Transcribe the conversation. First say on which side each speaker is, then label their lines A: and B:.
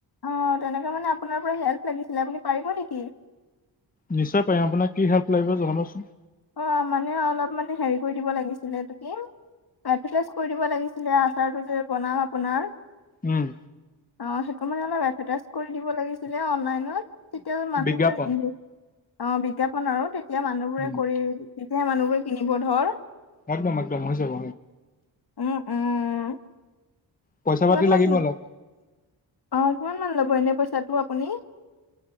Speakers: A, on the left; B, on the left.
A: অ' তেনেকে মানে আপোনাৰ পৰা হেল্প লাগিছিলে, আপুনি পাৰিব নেকি?
B: নিশ্চয় পাৰিম। আপোনাক কি হেল্প লাগিব জনাবচোন।
A: অ' মানে অলপ মানে হেৰি কৰি দিব লাগিছিলে, এইটো কি এডভাৰটাইজ কৰি দিব লাগিছিলে, আচাৰটো যে বনাম আপোনাৰ।
B: উম।
A: অ' সেইটো মানে অলপ এডভাৰটাইজ কৰি দিব লাগিছিলে অনলনত, তেতিয়া মানুহবোৰে
B: বিজ্ঞাপন
A: ইমে অ' বিজ্ঞাপন আৰু, তেতিয়া মানুহবোৰে
B: উম
A: কৰি, তেতিয়াহে মানুহবোৰে কিনিব ধৰ।
B: একদম একদম, হৈ যাব।
A: উম, উম।
B: পইচা
A: কিমান
B: পাতি
A: মান
B: লাগিব অলপ।
A: অ' কিমানমান ল'ব এনে পইচাটো আপুনি?